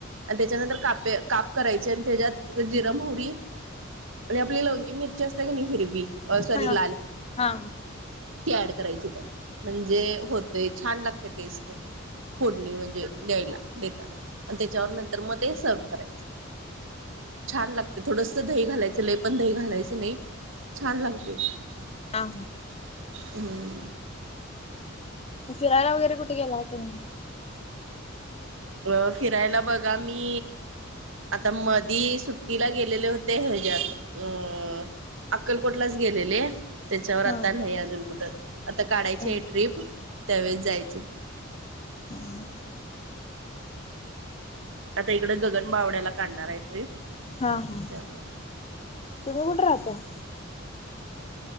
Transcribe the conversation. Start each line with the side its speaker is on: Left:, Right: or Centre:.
Right: आणि त्याच्यानंतर कापे- काप करायचे आणि त्याच्यात जिरं मोहरी आणि आपली लवंगी मिरची असते क नाही हिरवी सॉरी
Left: हं
Right: लाल
Left: हा!
Right: ती ऍड करायची त्या म्हणजे होतय छान लागते टेस्ट. फोडणी म्हणजे द्यायला -देतानाआणि त्याच्यावर नंतर मग ते सर्व करायचं. छान लागते थोडस दही घालायचं लही पण दही घालायच नाही छान लागते.
Left: हा!
Right: आणि
Left: फिरायला वगैरे कुठे गेला होता का नाही?
Right: अ फिरायला बघा मी! आता मधी सुट्टीला गेलेले होते हच्या्यात अ अक्कलकोटलाच गेलेले. त्याच्यावर आता
Left: हा
Right: नाही अजून कुठं आता काढायची
Left: हा
Right: आहे ट्रिप त्यावेळेस जायचं.
Left: हम!
Right: आता इकडं गगन बावड्याला काढणार आहे ट्रिप
Left: हा हा
Right: त्यामुळे
Left: तुम्ही कुठे राहताय?